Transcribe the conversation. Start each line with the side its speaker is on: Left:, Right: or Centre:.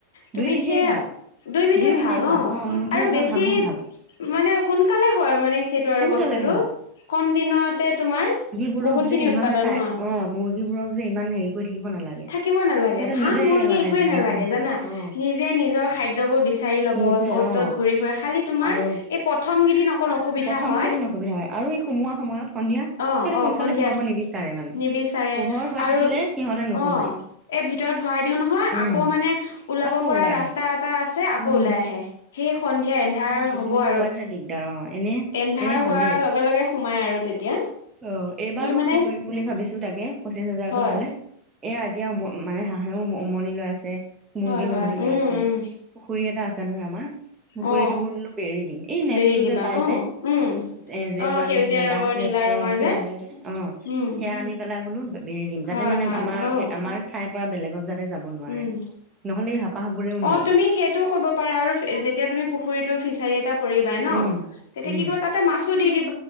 Left: তুমি
Right: দুইবিধেই
Left: সেই
Right: ভাল
Left: দুইবিধে
Right: দুইবিধেই
Left: ভাল অ
Right: মুৰ্গীও
Left: আৰু
Right: ভাল
Left: বেছি
Right: হাঁহো ভাল
Left: মানে সোনকালে হয় মানে সেইটো আৰু
Right: সোনকালে
Left: বস্তুটো
Right: হয়
Left: কম দিনতে তোমাৰ
Right: বোৰক
Left: বহুত
Right: যে
Left: খিনি
Right: ইমান
Left: উৎপাদন
Right: চাই
Left: হয়
Right: অ মুৰ্গী বোৰক যে ইমান হেৰি কৰি থাকিব নালাগে
Left: থাকিব নালাগে
Right: সিহঁতে
Left: হাঁহ
Right: নিজে
Left: মুৰ্গী
Right: মানে
Left: একোৱে
Right: ধুনীয়াকে
Left: নালাগে
Right: হেৰি
Left: জানা
Right: কৰে অ
Left: নিজে নিজৰ খাদ্যবোৰ বিচ বিচাৰি ল'ব
Right: নিজে
Left: অ'ত
Right: অ
Left: ত'ত ঘূৰি ফুৰা খালি তোমাৰ
Right: আৰু
Left: এই প্ৰথম কেইদিন অকণ অসুবিধা
Right: প্ৰথম
Left: হয়
Right: কেইদিন অসুবিধা হয় আৰু এই সোমোৱা সময়ত সন্ধিয়া
Left: অ
Right: সেতে
Left: অ
Right: সোনকালে
Left: সন্ধিয়াত
Right: সোমাব নিবিচাৰে মানে
Left: নিবিচাৰে
Right: পোহৰ হৈ
Left: আৰু
Right: থাকিলে সিহঁতে নোসোমাই
Left: অ এই ভিতৰত ভৰাই দিও নহয়
Right: উম
Left: আকৌ মানে ওলাব
Right: আকৌ
Left: পৰা
Right: ওলাই
Left: ৰাস্তা
Right: আহে
Left: এটা আছে আকৌ
Right: উম
Left: ওলাই আহে সেই সন এতিয়া এন্ধাৰ
Right: সেইখিনি
Left: হ'ব আৰু
Right: সময়তহে দিগদাৰ অ এনে
Left: এন্ধাৰ
Right: এনে ভালেই
Left: হোৱাৰ লগে লগে সোমাই আৰু তেতিয়া
Right: অ এইবাৰ
Left: তুমি
Right: মই
Left: মানে
Right: কি কৰিম বুলি ভাবিছো তাকে পঁচিছ হাজাৰটো
Left: হয়
Right: পালে এয়া এতিয়া উম মানে হাঁহেও উমনি লৈ আছে মূৰ্গিও
Left: হয় হয়
Right: উমনি
Left: উম
Right: লৈ আছে
Left: উম
Right: যে পুখুৰী এটা আছে নহয় আমাৰ পুখুৰীটো
Left: অ
Right: বোলো অলপ বেৰি দিম এই নেটটো
Left: বেৰি দিবা
Right: যে পাই
Left: অ
Right: যে
Left: উম
Right: এ জেওৰা
Left: অ সেউজীয়া
Right: নিচিনা
Left: ৰঙৰ
Right: দাঠ নেটটো
Left: নীলা ৰঙৰ
Right: সেউজীয়া যে অ
Left: উম
Right: সেয়া আনি পেলাই বোলো বেৰি দিম যাতে
Left: হয়
Right: মানে
Left: হয়
Right: আমাৰ
Left: অ
Right: আমাৰ ঠাইৰ পৰা বেলেগত যাতে যাব নোৱাৰে।
Left: উম
Right: নহ'লে এই হাপাহবোৰেও
Left: অ',
Right: নিয়ে,
Left: তুমি সেইটোও কব পাৰা আৰু যেতিয়া তুমি পুখুৰীটো ফিচাৰী এটা কৰিবাই ন'
Right: উম,
Left: তেতিয়া
Right: উম।
Left: কি কৰিব তাতে মাছো দি দিব